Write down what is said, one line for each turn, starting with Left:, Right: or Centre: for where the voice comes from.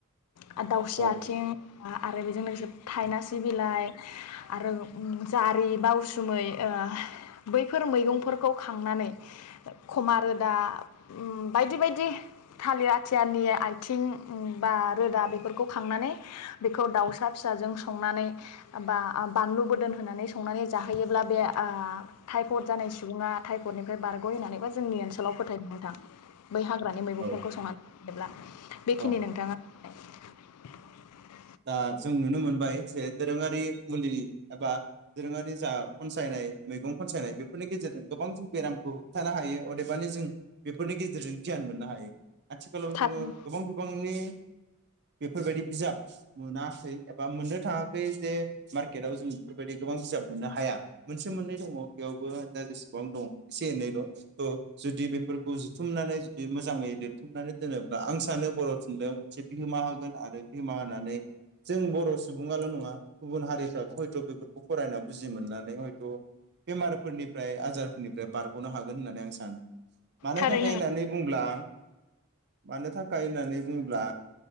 Left: आरो दाउस्रि
Right: औ
Left: आथिं आरो बेजों लोगोसे थायनासि बिलाइ आरो जारि बा उसुमै ओ बैफोर मैगंफोरखौ खांनानै खमा रोदा बायदि बायदि थालिर आथियाारनि आथिं बा रोदा बेफोरखौ खांनानै बेखौ दाउसा फिसाजों संनानै बा बानलु बदोन होनानै संनानै जाहोयोब्ला बे ओ टाइफड जानाय सुबुङा टाइफडनिफ्राय बारग'यो होननानैबो जोंनि ओनसोलाव फोथायो नोंथां। बै हाग्रानि मैगंफोरखौ
Right: औ
Left: संनानै थोबब्ला बेखिनि
Right: औ
Left: नोंथाङा <unintelligible>
Right: दा जों नुनो मोनबाय जे दोरोङारि मुलि एबा दोरोङारि जा खनसायनाय मैगं खनसायनाय बेफोरनि गेजेरजों गोबां जों बेरामखौ होबथानो हायो अदेबानि जों बेफोरनि गेजेरजों गियान मोननो हायो। आथिखालाव जोङो
Left: थाब
Right: गोबां गोबांनि बेफोरबायदि बिजाब मोनाखै एबा मोननो थाङाखै जे मार्केटआव जों बेफोरबायदि गोबां बिजाब मोननो हाया मोनसे मोननै दङ बेयावबो दा जेसेबां दं एसे एनैल' थ' जुदि बेफोरखौ जुथुमनानै जुदि मोजाङै लिरथुमनानै दोनोब्ला आं सानो बर' थुनलाइयाव मोनसे बिहोमा होगोन आरो बिहोमा होननानै। जों बर' सुबुङाल' नङा गुबुन हारिफ्राबो हयथ' बेफोरखौ फरायना बुजि मोननानै हयथ' बेमारफोरनिफ्राय आजारफोरनिफ्राय बारग'नो हागोन होननानै आं सानो। मानो
Left: थारैनो
Right: थाखाय होननानै बुंब्ला मानो थाखाय होननानै बुङोब्ला